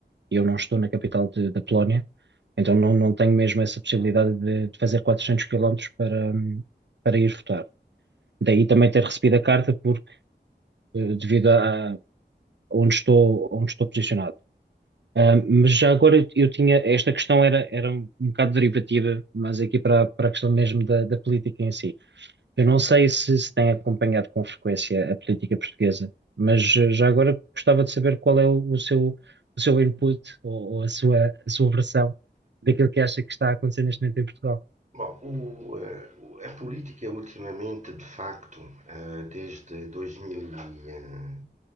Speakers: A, on the right; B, on the right.
A: e eu não estou na capital de- da Polónia, então não, não tenho mesmo essa possibilidade de, de fazer 400 quilómetros para, hum, para ir votar. Daí também ter recebido a carta porque eh, devido a, a onde estou, onde estou posicionado. Ahm, mas já agora eu, eu tinha, esta questão era, era um bocado derivativa, mas aqui para, a- para a questão mesmo da, da política em si. Eu não sei se se tem acompanhado com frequência a política portuguesa, mas eh, já agora gostava de saber qual é o, o seu, o seu input ou, ou a sua, a sua versão daquilo que acha que está a acontecer neste momento em Portugal.
B: Bom, o, eh, a política ultimamente, de facto, eh, desde 2000 e, eh,